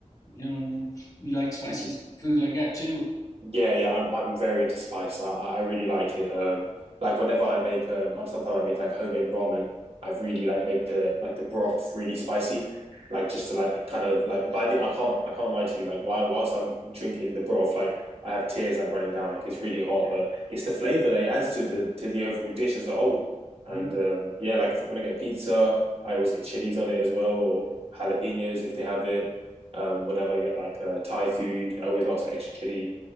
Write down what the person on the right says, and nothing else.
<laughs>
Yeah, yeah, I'm I'm very into spice. I I really like it. Um, like whenever I make um, I'm sometimes I make like homemade ramen. I really like make the like the broth really spicy, like just to like, like kind of like by the I can't I can't lie to you. Like while whilst I'm drinking the broth, like I have tears like running down. Like it's really hot, but it's the flavor that it adds to the to the overall dish as a whole. And
um, yeah, like when I get pizza, I always get chilies on it as well or jalapenos if they have it. Um, whenever I get like uh, Thai food, I always ask for extra chili